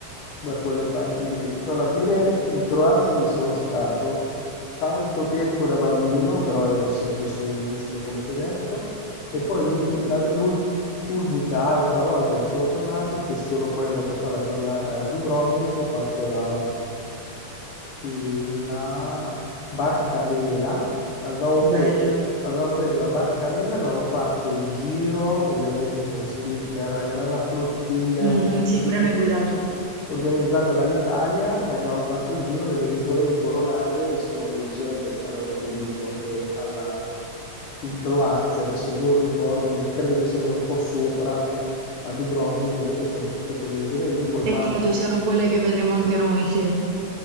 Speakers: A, on the left; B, on the right.
A: da quelle parti lì. Alla fine in Croazia ci sono stato tanto tempo da bambino, però ero sempre su in Istria, come ti ho detto, e poi l'ultima- l'alt- l'ul- l'unica altra volta che sono tornato, che sono poi andato a fare la giornata a Dubrovnik, ho fatto la, la barca a vela, avevamo preso,
B: Bello.
A: avevamo preso la barca a vela, avevamo fatto il giro, ovviamente con skipper, era una flottiglia
B: Mhm,
A: organizzata
B: sì, pure noi guidato.
A: organizzata dall'Italia e avevamo fatto il giro delle isole incoronate, che sono le isole che stanno proprio lì di fronte alla, in Croazia, adesso non ricordo, mi- credo che siano un po' sopra a Dubrovnik, comunque sono tutte quelle isole lì col mare,
B: E credo siano quelle che vedremo anche noi, sì.